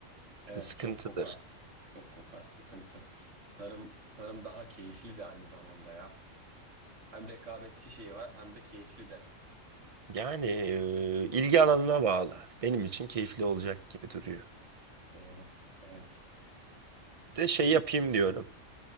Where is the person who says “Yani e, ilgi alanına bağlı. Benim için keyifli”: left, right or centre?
Right